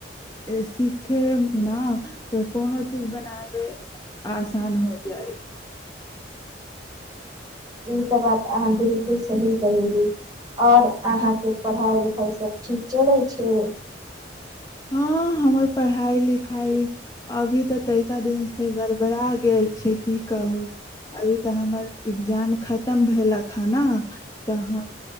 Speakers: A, on the left (about 20°); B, on the right (about 20°).
A: सीखे ने तऽ कोनो चीज बनाबै आसान हो जाइ
B: ई तऽ बात अहाँ बिलकुल सही रही आओर अहाँके पढ़ाइ उखाइ सभ ठीक चलै छै
A: हँ हमर पढ़ाई लिखाई अभी तऽ तैा दिन से गर् घबड़ा गेल छै की कहू अभी तऽ हमर एग्जाम खतम भेलक हँ ने तऽ हम